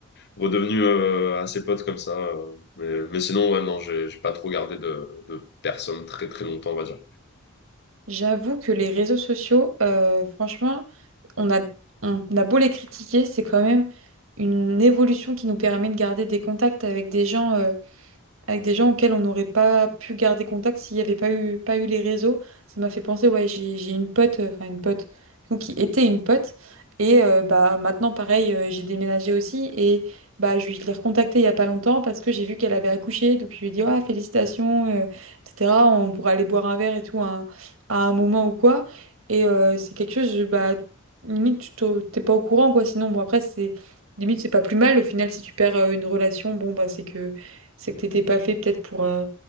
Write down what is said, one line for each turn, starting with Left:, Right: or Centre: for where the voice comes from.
Left: redevenu euh, assez potes comme ça. euh, mais, mais sinon, ouais, non, j'ai j'ai pas trop gardé de, de personnes très très longtemps, on va dire.
Right: J'avoue que les réseaux sociaux, euh, franchement, on a, on a beau les critiquer, c'est quand même une évolution qui nous permet de garder des contacts avec des gens. euh, avec des gens auxquels on n'aurait pas pu garder contact s'il n'y avait pas eu, pas eu les réseaux. Ça m'a fait penser, ouais, j'ai, j'ai une pote, euh, enfin une pote, du coup, qui était une pote. Et euh, bah, maintenant, pareil, euh, j'ai déménagé aussi. Et bah, je, lui- je l'ai recontactée il n'y a pas longtemps parce que j'ai vu qu'elle avait accouché. Donc, je lui ai dit, ah, félicitations, euh, etc. On pourra aller boire un verre et tout à, un à un moment ou quoi. Et euh, c'est quelque chose, je- bah, limite, tu t'au- t'es pas au courant, quoi. Sinon, bon, après, c'est limite, c'est pas plus mal. Au final, si tu perds euh, une relation, bon, bah, c'est que c'est que t'étais pas fait peut-être pour, euh,